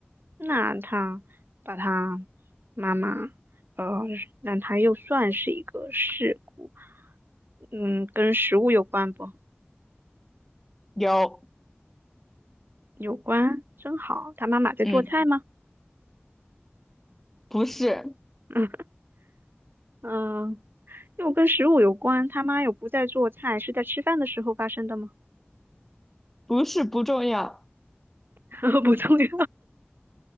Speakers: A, on the right; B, in the centre.
A: 那他把他妈妈，呃，那他又算是一个事故，嗯，跟食物有关不？
B: 有，
A: 有关，真好。他妈妈在做菜吗？
B: 嗯，不是，
A: <laughs> 嗯嗯，又跟食物有关，他妈又不在做菜，是在吃饭的时候发生的吗？
B: 不是不重要。
A: <laughs> 不重要。